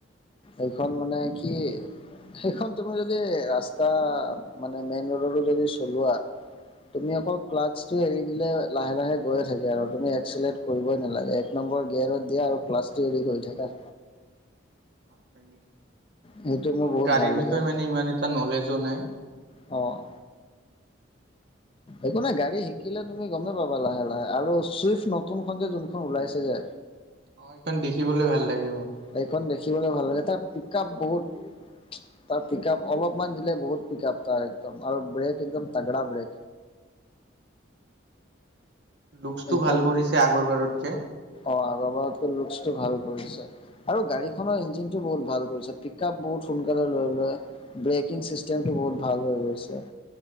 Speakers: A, on the left (about 25°); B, on the right (about 55°).
A: এইখন মানে কি। সেইখন তুমি যদি ৰাস্তা মানে মেইন ৰোডতো যদি চলোৱা। তুমি অকল ক্লাছ এৰি দিলে লাহে লাহে গৈয়ে থাকে আৰু তুমি এক্সলেট কৰিবই নালাগে এক নম্বৰ গেয়াৰত দিয়া আৰু ক্লাছ টো এৰি গৈ থাকা।
B: হয় নেকি?
A: সেইটো
B: মোৰ
A: বহুত
B: গাড়ীৰ
A: ভাল লাগে
B: বিষয়ে মানে ইমান এটা নলেজো নাই।
A: অ'।
B: <inaudible>
A: একো নাই গাড়ী শিকিলে তুমি গ'মেই পাবা লাহে লাহে, আৰু চুইফ্ট নতুনখন যে যোনখন ওলাইছে যে
B: অ' এইখন দেখিবলৈ ভাল লাগে, মই
A: সেইখন
B: দেখিছো।
A: দেখিবলৈ ভাল লাগে, তাৰ পিক আপ বহুত। তাৰ পিক আপ অলপমান দিলে বহুত পিক আপ তাৰ একদম আৰু ব্ৰেক একদম তাগৰা ব্ৰেক।
B: লুকচটো
A: সেইখন
B: ভাল কৰিছে আগৰ বাৰতকে।
A: অ' আগৰবাৰতকে লুকচটো ভাল কৰিছে। আৰু গাড়ীখনৰ ইঞ্জিনটো বহুত ভাল কৰিছে, পিক আপ বহুত সোনকালে লৈ লয়। ব্ৰেকিং চিষ্টেমটো বহুত ভাল হৈ গৈছে।